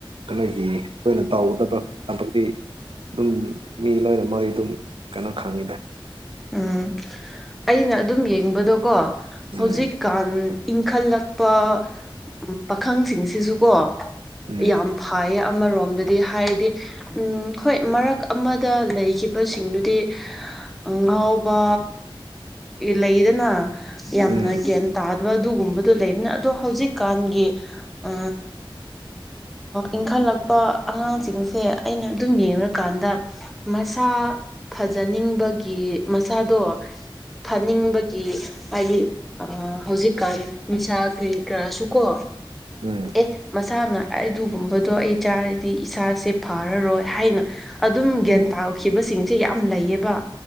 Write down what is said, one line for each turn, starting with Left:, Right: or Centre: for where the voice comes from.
Right: ꯑꯩꯈꯣꯏꯒꯤ ꯑꯩꯈꯣꯏꯅ ꯇꯧꯒꯗꯕ ꯊꯕꯛꯇꯤ ꯑꯗꯨꯝ ꯃꯤ ꯂꯣꯏꯅ ꯃꯣꯏ ꯑꯗꯨꯝ ꯀꯩꯅꯣ ꯈꯪꯉꯤꯗ
Centre: ꯎꯝ ꯑꯩꯅ ꯑꯗꯨꯝ ꯌꯦꯡꯕꯗꯣꯀꯣ
Right: ꯎꯝ
Centre: ꯍꯧꯖꯤꯛꯀꯥꯟ ꯏꯪꯈꯠꯂꯛꯄ ꯎ ꯄꯥꯈꯪꯁꯤꯡꯁꯤꯁꯨꯀꯣ
Right: ꯎꯝ
Centre: ꯌꯥꯝ ꯐꯥꯏꯌꯦ ꯑꯃꯔꯣꯝꯗꯗꯤ ꯍꯥꯏꯔꯗꯤ ꯎꯝ ꯍꯣꯏ ꯃꯔꯛ ꯑꯃꯗ ꯂꯩꯈꯤꯕꯁꯤꯡꯗꯨ ꯍꯥꯏꯗꯤ ꯑ ꯉꯥꯎꯕ ꯂꯩꯗꯅ ꯌꯥꯝꯅ
Right: ꯎꯝ
Centre: ꯟ ꯇꯥꯗꯕ ꯑꯗꯨꯒꯨꯝꯕꯗꯣ ꯂꯩꯕꯅ ꯑꯗꯣ ꯍꯧꯖꯤꯛꯀꯥꯟꯒꯤ ꯑ ꯏꯟꯈꯠꯂꯛꯄ ꯑꯉꯥꯡꯁꯤꯡꯁꯦ ꯑꯩꯅ ꯑꯗꯨꯝ ꯌꯦꯡꯉꯀꯥꯟꯗ ꯃꯁꯥ ꯐꯖꯅꯤꯡꯕꯒꯤ ꯃꯁꯥꯗꯣ ꯐꯅꯤꯡꯕꯒꯤ ꯍꯥꯏꯗꯤ ꯑ ꯍꯧꯖꯤꯛꯀꯥꯟ ꯅꯤꯁꯥ ꯀꯔꯤ ꯀꯔꯥꯁꯨ ꯀꯣ
Right: ꯎꯝ
Centre: ꯑꯦ ꯃꯁꯥꯅ ꯑꯗꯨꯒꯨꯝꯕꯗꯣ ꯑꯩ ꯆꯥꯔꯗꯤ ꯏꯁꯥꯁꯦ ꯐꯔꯔꯣꯏ ꯍꯥꯏꯅ ꯑꯗꯨꯝ ꯒ꯭ꯌꯥꯟ
Right: ꯎꯝ
Centre: ꯇꯥꯈꯤꯕꯁꯤꯡꯁꯦ ꯌꯥꯝ ꯂꯩꯌꯦꯕ